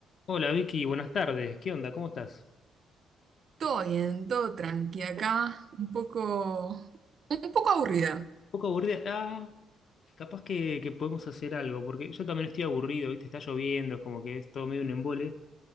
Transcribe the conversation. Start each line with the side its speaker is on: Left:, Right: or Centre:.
Left: Hola Vicky, buenas tardes. ¿Qué onda? ¿Cómo estás?
Right: Todo bien, todo tranqui acá, un poco, un poco aburrida.
Left: Un poco aburrida. Ah, capaz que, que podemos hacer algo, porque yo también estoy aburrido, ¿viste? Está lloviendo, como que es todo medio un embole.